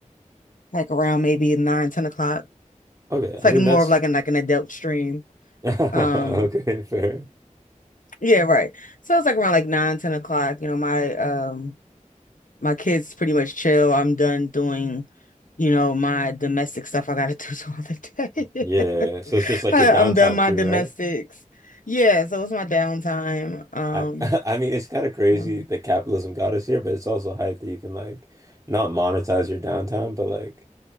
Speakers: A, on the left (about 80°); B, on the right (about 25°).
A: like around maybe nine, ten o'clock.
B: Okay.
A: It's
B: I
A: like
B: mean,
A: more
B: that's
A: of like an like an adult stream.
B: <laughs> okay,
A: Um
B: fair.
A: yeah, right. So it's like around like nine, ten o'clock. You know, my um my kids pretty much chill. I'm done doing, you know, my domestic stuff I gotta <laughs> do throughout the day.
B: Yeah.
A: <laughs>
B: So it's just like
A: I,
B: your downtime
A: I'm done my
B: too,
A: domestics.
B: right?
A: Yeah, so it's my downtime. Um
B: I <laughs> I mean, it's kind of crazy
A: yeah.
B: that capitalism got us here, but it's also hype that you can like not monetize your downtime, but like